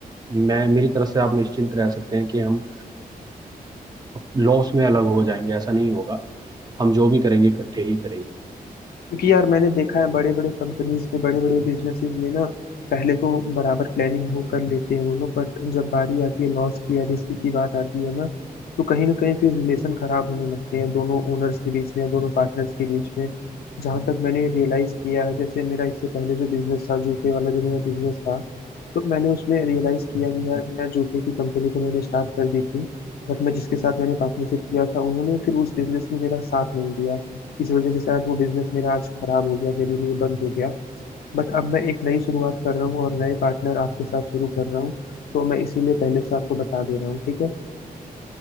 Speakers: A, on the right; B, on the left.
A: मैं मेरी तरफ से आप निश्चिंत रह सकते हैं कि हम लॉस में अलग हो जाएंगे ऐसा नहीं होगा हम जो भी करेंगे इकट्ठे ही करेंगे
B: क्योंकि यार मैंने देखा है बड़े बड़े कंपनीज में बड़े बड़े बिजनेसेस में ना पहले तो बराबर प्लानिंग हो कर लेते हैं वो लोग बट जब बारी आती है लॉस की या रिस्क की बात आती है ना तो कहीं ना कहीं फिर रिलेशन खराब होने लगते हैं दोनों ओनर्स के बीच में या दोनों पार्टनर्स के बीच में जहां तक मैंने रियलाइज किया है जैसे मेरा इससे पहले जो बिजनेस था जूते वाला जो मेरा बिजनेस था तो मैंने उसमें रियलाइज किया कि यार मैं जूते की कंपनी तो मैंने स्टार्ट कर दी थी बट मैं जिसके साथ मैंने पार्टनरशिप किया था उन्होंने फिर उस बिजनेस में मेरा साथ नहीं दिया इस वजह से शायद वो बिजनेस मेरा आज खराब हो गया मेरे लिए बंद हो गया बट अब मैं एक नई शुरुआत कर रहा हूँ और नए पार्टनर आपके साथ शुरू कर रहा हूँ तो मैं इसीलिए पहले से आपको बता दे रहा हूँ ठीक है